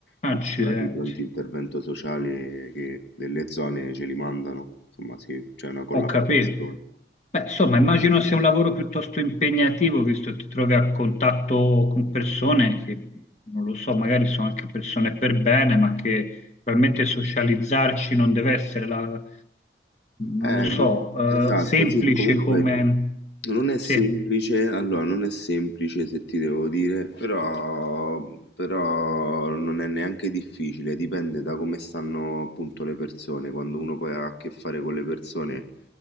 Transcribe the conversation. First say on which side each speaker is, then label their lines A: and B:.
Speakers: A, on the left; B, on the left.
A: i
B: accidenti.
A: vari pronti intervento sociale che delle zone ce li mandano, insomma sì, c'è una collaborazione.
B: Ho capito. Beh, insomma, immagino sia un lavoro piuttosto impegnativo, visto che ti trovi a contatto con persone che, non lo so, magari sono anche persone per bene, ma che probabilmente socializzarci non deve essere la,
A: Eh,
B: non lo so,
A: lì- esatto,
B: eh, semplice
A: sì, comunque
B: come...
A: non è semplice,
B: Sì.
A: allora non è semplice se ti devo dire, però, però non è neanche difficile, dipende da come stanno appunto le persone, quando uno poi ha a che fare con le persone